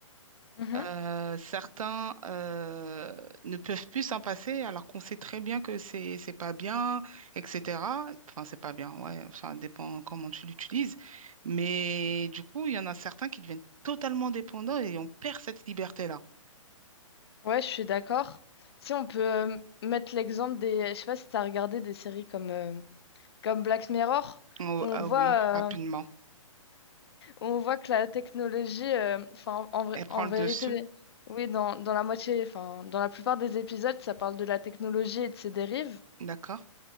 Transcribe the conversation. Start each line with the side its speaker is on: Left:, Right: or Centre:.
Left: Mm.
Right: Euh, certains euh, ne peuvent plus s'en passer alors qu'on sait très bien que c'est c'est pas bien, etc. Enfin, c'est pas bien, ouais, enfin, dépend comment tu l'utilises. Mais du coup, il y en a certains qui deviennent totalement dépendants et on perd cette liberté-là.
Left: Ouais, je suis d'accord. Si on peut euh, mettre l'exemple des, je sais pas si t'as regardé des séries comme euh, comme Black Mirror,
Right: Oh,
Left: où on
Right: ah
Left: voit
Right: oui, rapidement.
Left: euh, où on voit que la technologie, euh, enfin en, vrai-
Right: Elle prend
Left: en
Right: le
Left: vérité,
Right: dessus,
Left: oui, dans, dans la moitié, enfin dans la plupart des épisodes, ça parle de la technologie et de ses dérives,
Right: d'accord?